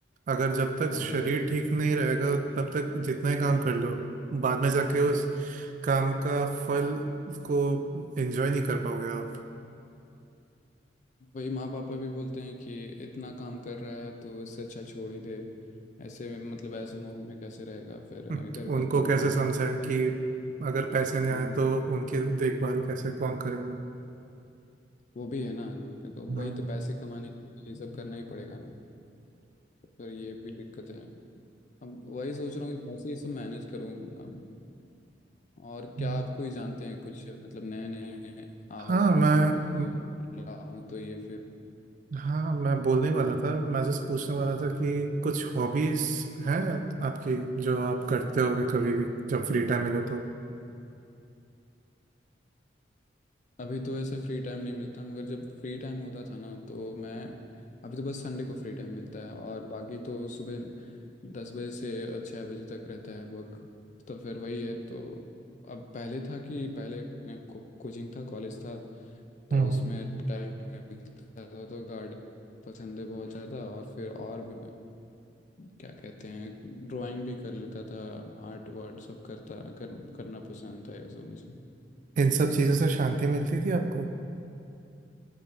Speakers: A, on the right; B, on the left.
A: अगर जब तक
B: हाँ
A: शरीर ठीक नहीं रहेगा तब तक जितना ही काम कर लो बाद में जाके उस काम का फल को एंजॉय नहीं कर पाओगे आप
B: वही माँ पापा भी बोलते हैं कि इतना काम कर रहा है तो इससे अच्छा छोड़ ही दे ऐसे में- मतलब ऐसे माहौल में कैसे रहेगा फिर
A: हम्म,
B: इधर घर
A: उनको
B: का भी
A: कैसे
B: काम
A: समझाएं
B: करना रहता है
A: कि अगर पैसे नहीं
B: हाँ
A: आए तो उनकी देखभाल कैसे कौन करेगा
B: वो भी है ना कि तो
A: हाँ
B: वही तो पैसे कमाने के लिए ये सब करना ही पड़ेगा ना तो फिर ये भी दिक्कत है अब वही सोच रहा हूँ कि कैसे ये सब मैनेज करूँ अब और
A: हम्म।
B: क्या आपको ही जानते हैं कुछ मतलब नए नए आदतों
A: हाँ मैं
B: को
A: म-
B: लाऊं तो ये फिर
A: हाँ मैं बोलने वाला
B: हम्म
A: था मैं जस्ट पूछने वाला था कि कुछ हॉबीज हैं आपकी जो आप करते होगे कभी भी जब फ्री टाइम मिले तो
B: अभी तो ऐसे फ्री टाइम नहीं मिलता मगर जब फ्री टाइम होता था ना तो मैं अभी तो बस संडे को फ्री टाइम मिलता है और बाकी तो सुबह दस बजे से छः बजे तक रहता है वर्क तो फिर वही है तो अब पहले था कि पहले को, कोचिंग था कॉलेज था तो
A: हम्म
B: उसमें टाइम मिलता था तो गार्डन पसंद है बहुत ज़्यादा और फिर और भी क्या कहते हैं ड्राइंग भी कर लेता था आर्ट वार्ट सब करता कर, करना पसंद था ये सब मुझे
A: इन सब चीज़ों से शांति मिलती थी आपको